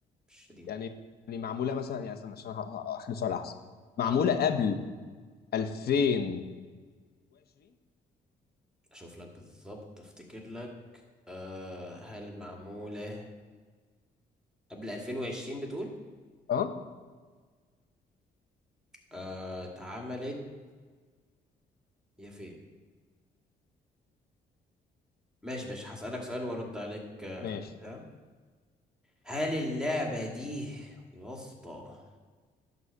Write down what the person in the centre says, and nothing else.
مش قديم
اه
اشوف لك بالظبط افتكر لك آه هل معمولة قبل 2020 بتقول
آه اتعملت يا فين ماشي ماشي هسألك سؤال وارد عليك آه
بتاع. هل اللعبة دي يا اسطى